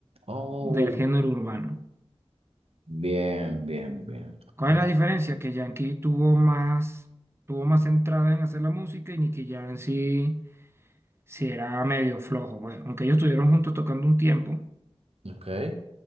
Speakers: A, on the right; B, on the right.
A: Oh,
B: del género urbano.
A: bien, bien, bien.
B: ¿Cuál
A: Ajá,
B: es la diferencia? Que Yankee tuvo más, tuvo más centrada en hacer la música y Nicky Jam sí. Sí, era medio flojo, güey. Aunque ellos estuvieron juntos tocando un tiempo,
A: ok.